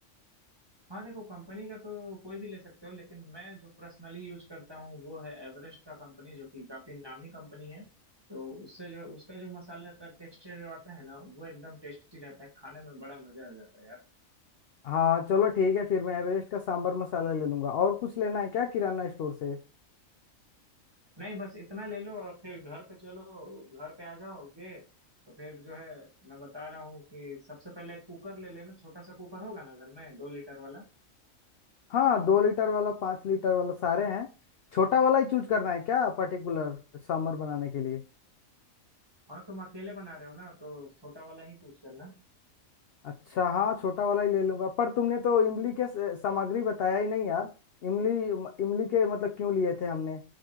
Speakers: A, on the right (about 20°); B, on the left (about 60°).
A: हाँ देखो कंपनी का तो कोई भी ले सकते हो लेकिन मैं जो पर्सनली यूज करता हूँ वो है एवरेस्ट का कंपनी जो कि काफी नामी कंपनी है तो उससे जो उसका जो मसाला का टेक्सचर जो आता है ना वो एकदम टेस्टी रहता है खाने में बड़ा मजा आ जाता है यार
B: हाँ चलो ठीक है फिर मैं एवरेस्ट का सांबर मसाला ले लूंगा और कुछ लेना है क्या किराना स्टोर से
A: नहीं बस इतना ले लो और फिर घर पे चलो घर पे आ जाओगे तो फिर जो है मैं बता रहा हूँ कि सबसे पहले कुकर ले लेना छोटा सा कुकर होगा ना घर में दो लीटर वाला
B: हाँ दो लीटर वाला पाँच लीटर वाला सारे हैं छोटा वाला ही चूज करना है क्या पर्टिकुलर समर बनाने के लिए
A: हाँ तुम अकेले बना रहे हो ना तो छोटा वाला ही चूज करना
B: अच्छा हाँ छोटा वाला ही ले लूंगा पर तुमने तो इमली के स- सामग्री बताया ही नहीं यार इमली म- इमली के मतलब क्यों लिए थे हमने